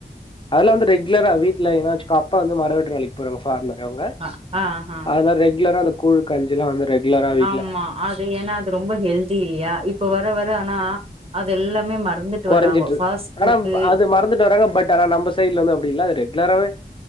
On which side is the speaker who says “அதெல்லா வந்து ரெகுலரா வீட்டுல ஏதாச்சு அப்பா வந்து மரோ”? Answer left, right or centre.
Left